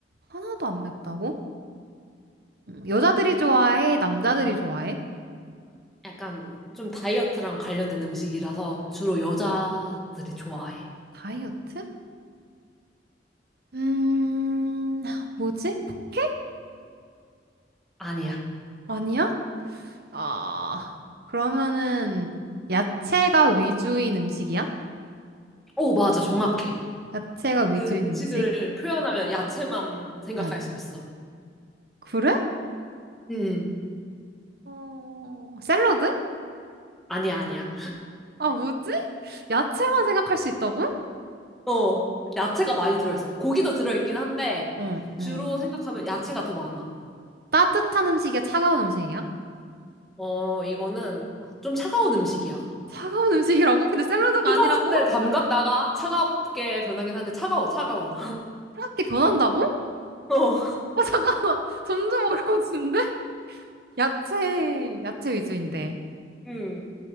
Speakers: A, on the right; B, in the centre.
A: 하나도 안 맵다고? 음, 여자들이 좋아해? 남자들이 좋아해?
B: 약간 좀 다이어트랑 관련된 음식이라서 주로 여자들이 좋아해.
A: 다이어트? 음, 뭐지? 포케?
B: 아니야.
A: 아니야? 아, 그러면은 야채가 위주인 음식이야?
B: 오, 맞아. 정확해.
A: 야채가 위주인
B: 그 음식을
A: 음식?
B: 표현하면 야채만 생각할
A: 어.
B: 수 있어.
A: 그래?
B: 음,
A: 어, 샐러드?
B: 아니야, 아니야.
A: 아, 뭐지? 야채만 생각할 수 있다고?
B: 어, 야채가 많이 들어있어. 고기도 들어있긴 한데,
A: 어,
B: 주로
A: 어.
B: 생각하면 야채가 더 많아.
A: 따뜻한 음식이야? 차가운 음식이야?
B: 어, 이거는 좀 차가운 음식이야.
A: 차가운 음식이라고? 근데 샐러드가
B: 뜨거운데
A: 아니라고?
B: 담갔다가 차갑게 변하긴 한데, 차가워, 차가워.
A: 그렇게 변한다고?
B: <laughs> 어,
A: 어, 잠깐만. <laughs> 점점 어려워지는데? 야채, 야채 위주인데.
B: 음,